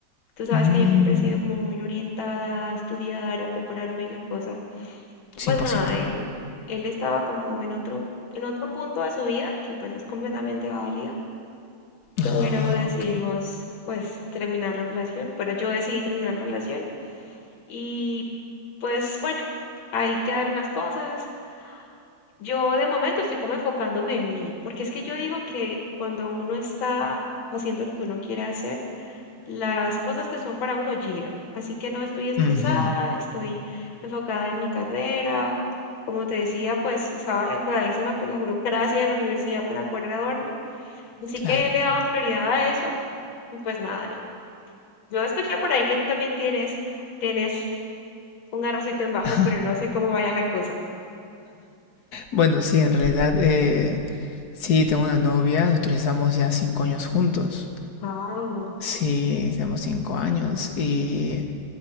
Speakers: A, on the left (about 75°); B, on the left (about 60°).
A: Tú sabes
B: Mmm.
A: que yo siempre he sido como muy orientada a estudiar, a prepararme y la cosa. Y
B: cien
A: Pues
B: por
A: nada,
B: ciento
A: él, él estaba como en otro, en otro punto de su vida, que pues es completamente válido. Pero
B: Ah,
A: decidimos
B: ok.
A: pues terminar la relación. Bueno, yo decidí terminar la relación y pues bueno, ahí quedaron las cosas. Yo de momento estoy como enfocándome en mí, porque es que yo digo que cuando uno está haciendo lo que uno quiere hacer, las cosas que son para uno llegan. Así que no estoy estresada,
B: Ujú,
A: estoy enfocada en mi carrera. Como te decía, pues estaba enredadísima con la burocracia de la universidad para poder graduarme. Así
B: Claro.
A: que le he dado prioridad a eso y pues nada, no. Yo escuché por ahí que tú también tienes, tienes un arrocito en bajo,
B: <laughs>
A: pero no sé cómo vaya la cosa.
B: Bueno, sí, en realidad, eh, sí, tengo una novia, nosotros estamos ya cinco años juntos.
A: Wow,
B: Sí, tenemos cinco años y